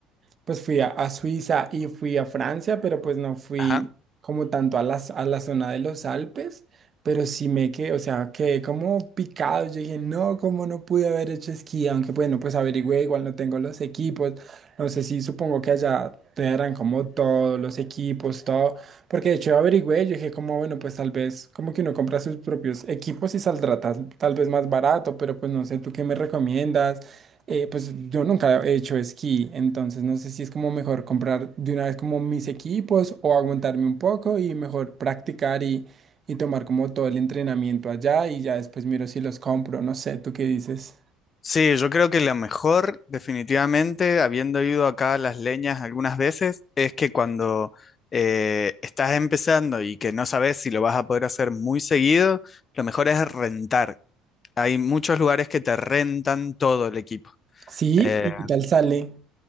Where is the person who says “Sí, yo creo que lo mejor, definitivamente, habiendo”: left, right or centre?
Left